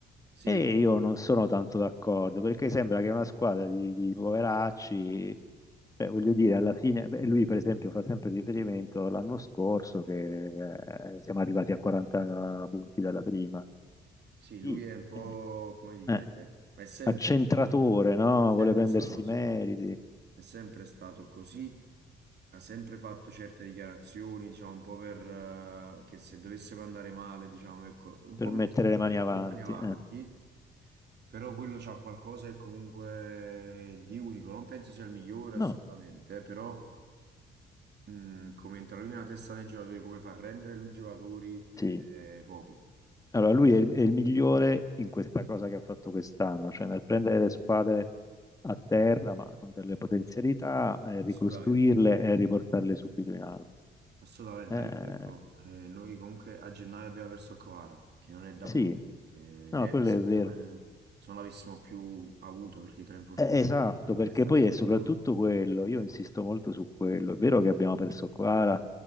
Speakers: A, on the right; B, on the left.
A: Sì,
B: E io non sono tanto d'accordo perché sembra che una squadra di, di poveracci, cioè, voglio dire, alla fine, beh, lui per esempio fa sempre riferimento l'anno scorso che eh, siamo arrivati a 40 punti dalla prima.
A: sì,
B: Sì,
A: lui è un po',
B: eh,
A: come dire,
B: eh,
A: ma è sempre
B: accentratore,
A: stato così.
B: no?
A: È sempre
B: Vuole prendersi
A: stato così.
B: i meriti
A: È sempre stato così, ha sempre fatto certe dichiarazioni, diciamo, un po' per eh, che se dovesse andare male, diciamo, ecco, un
B: per
A: po'
B: mettere
A: mettere un
B: le
A: po'
B: mani avanti.
A: le mani avanti,
B: eh.
A: però quello c'ha qualcosa che comunque di unico, non penso sia il migliore
B: No,
A: assolutamente, eh, però mh, come entra lui nella testa dei giocatori, come fa a rendere lui i giocatori,
B: sì.
A: eh, pochi,
B: Allora, lui è il, è il migliore in questa cosa che ha fatto quest'anno, cioè nel prendere le squadre a terra, ma con delle potenzialità, e ricostruirle
A: assolutamente.
B: e riportarle subito in alto.
A: Assolutamente,
B: Eh,
A: anche perché ecco, eh, noi comunque a gennaio abbiamo perso Kvara, che non è da
B: sì,
A: poco. Eh,
B: no,
A: Neres
B: quello è vero.
A: è come se non l'avessimo più avuto, perché tra infortuni
B: Eh, Esatto,
A: e
B: perché
A: prestazioni
B: poi è soprattutto
A: colori,
B: quello, io insisto molto su quello, è vero che abbiamo perso Quara